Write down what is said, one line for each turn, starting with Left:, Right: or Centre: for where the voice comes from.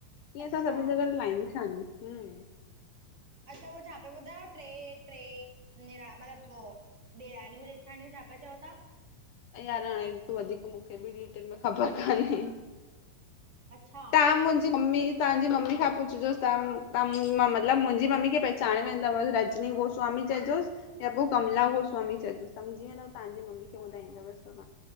Left: इअं
Right: अच्छा
Left: असां सभिनि जा घर लाइन सां इन। हूं
Right: अच्छा उहो छा पा ॿुधायो, ट्रै ट्रै निरा मतिलबु वो? डेराणियूं जेठानियूं छा पा चओ तां?
Left: यार हाणे तूं वधीक मूंखे बि डिटेल में ख़बर कान्हे।
Right: अच्छा
Left: तां मुंहिंजी मम्मी तव्हांजी मम्मी खां पुछजोसि तां तां मां मतिलबु मुंहिंजी मम्मी खे पह चाणे वेंदवस रजनी गोस्वामी चहजोस या पो कमला गोस्वामी चइजोस समझी वें त तव्हांजी मम्मी खे ॿुधाईंदवस तहां।